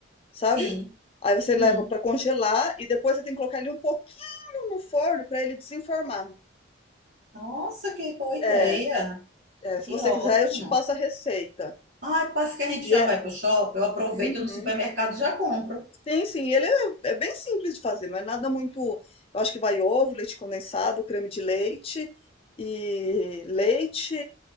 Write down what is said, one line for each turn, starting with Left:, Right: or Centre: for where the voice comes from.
Left: sabe?
Right: sim.
Left: Aí você
Right: Hum.
Left: leva para congelar e depois você tem que colocar ele um pouquinho no forno para ele desenformar.
Right: Nossa, que boa ideia!
Left: É, é, se
Right: Que
Left: você
Right: ótimo!
Left: quiser, eu te passo a receita.
Right: Ai, parece que a gente
Left: E
Right: já
Left: é.
Right: vai pro shopping, eu aproveito
Left: Uhum.
Right: no supermercado e já compro.
Left: Sim, sim, ele é, é bem simples de fazer, não é nada muito. Eu acho que vai ovo, leite condensado, creme de leite e leite.